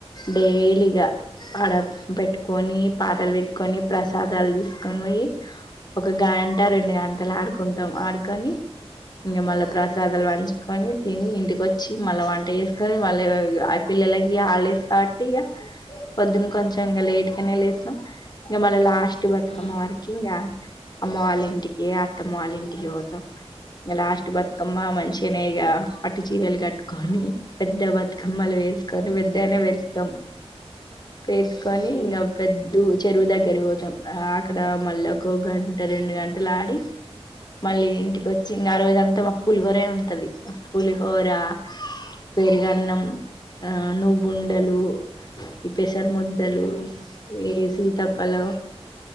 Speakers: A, on the left (about 40°); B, on the left (about 80°).
A: డైలీగా అడ పెట్టుకొని పాటలు పెట్టుకొని ప్రసాదాలు తీసు కని పోయి ఒక గంట రెండు గంటలు ఆడుకుంటాం ఆడుకొని ఇంకా మళ్ళా ప్రసాదాలు పంచుకొని తిని ఇంటిక వచ్చి మళ్ళా వంట చేసుకొని మళ్ళా పిల్లలకి హాలీడేస్ కాబట్టి ఇగ పొద్దున్న కొంచెం ఇంకా లేట్గానే లేస్తాం ఇంకా మళ్ళీ లాస్ట్ బతుకమ్మ
B: ఉమ్,
A: వరకి ఇంకా అమ్మ వాళ్ళ ఇంటికి అత్తమ్మ వాళ్ళ ఇంటికి పోతాం ఇంకా లాస్ట్ బతుకమ్మ మంచిగానే ఇక పట్టు చీరలు కట్టుకొని కుండా పట్టుకొని మళ్ళా వేసుకొని
B: ఉమ్,
A: వడ్డనం వేస్తాం వేసుకొని
B: ఉమ్,
A: ఇంకా ఆ పొద్దు చెరువు దగ్గరి పోతాం అక్కడ మళ్ళీ ఒక గంట రెండు గంటలు ఆడి మళ్ళీ ఇంటికి వచ్చిన ఆ రోజు అంతా మాకు పులిహోరే ఉంటాది పులిహోర పెరుగ అన్నం ఆ నువ్వు ఉండదు ఈ పెసర్ ముద్దలు
B: ఉమ్, ఉమ్,
A: ఈ సీత ఫలం